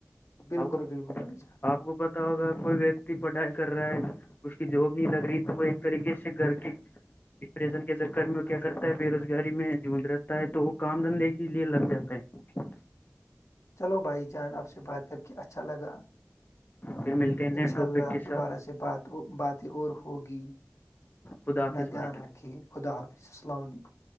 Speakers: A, on the left (about 80°); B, on the left (about 40°).
A: بالکل
B: آپ کو
A: بالکل بھائی جان
B: آپ کو پتہ ہوگا کوئی ویکتی پڑھائی کر رہا ہے اس کی جاب نہیں لگ رہی تو کوئی طریقے سے گھر کے ڈپریشن کے چکر میں کیا کرتا ہے بے روزگاری میں جونج رہا ہے تو وہ کام دھندے کے لیے لگ جاتا ہے
A: چلو بھائی جان آپ سے بات کر کے اچھا لگا
B: پھر ملتے ہیں نئے
A: انشاء
B: ٹاپک
A: اللہ
B: کے
A: دوبارہ
B: ساتھ
A: سے بات باتیں اور ہوگی
B: خدا
A: اپنا
B: حافظ بھائی
A: دھیان
B: جان
A: رکھے خدا حافظ السلام علیکم